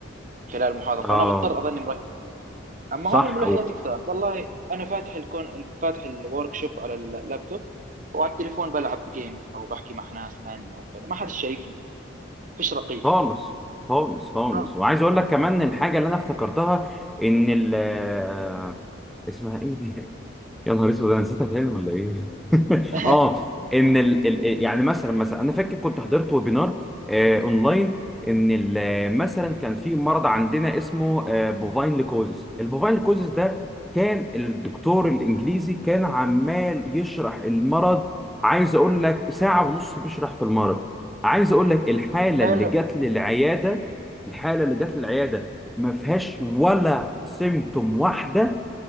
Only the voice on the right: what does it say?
خلال المحاضرة
فأنا مضطر أظني مركز أما
هون الملهيات كثار والله أنا فاتح الكون فاتح الورك شوب على اللابتوب وعلى التليفون بلعب جيمز أو بحكي مع ناس ثانية أو كذا ما حد شايفني يعني فيش رقيب
اه
<laughs>
حلو